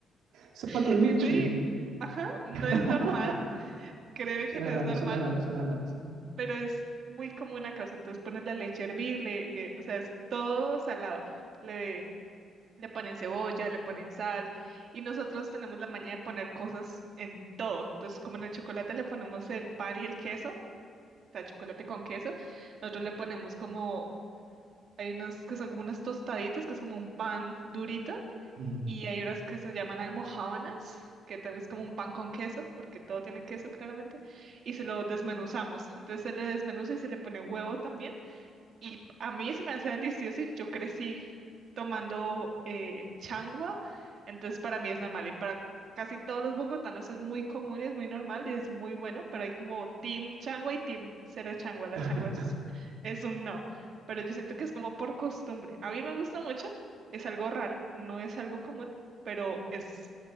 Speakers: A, on the right (about 90°); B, on the right (about 50°).
A: Sopa
B: <laughs>
A: con leche.
B: Sí, ajá, no
A: <laughs>
B: es normal, créeme
A: Suena
B: que no es
A: raro,
B: normal,
A: suena raro, suena raro, sí.
B: pero es muy común acá, o sea, entonces ponen la leche a hervir, le, le- o sea, es todo salado le Le ponen cebolla, le ponen sal y nosotros tenemos la maña de poner cosas en todo. Entonces, como en el chocolate le ponemos el pan y el queso, o sea, chocolate con queso, nosotros le ponemos como, hay unos que son como unas tostaditas, que es como un pan durito,
A: Ujú.
B: y hay unas que se llaman almojábanas, que también es como un pan con queso, porque todo tiene queso claramente, y se lo desmenuzamos. Entonces se le desmenuza y se le pone huevo también. Y a mí se me hace delicioso y yo crecí tomando eh, changua, entonces para mí es normal y para casi todos los bogotanos es muy común y es muy normal y es muy bueno, pero hay como team changua y team cero changua, la
A: <laughs>
B: changua es, es un no, pero yo siento que es como por costumbre. A mí me gusta mucho, es algo raro, no es algo común, pero es,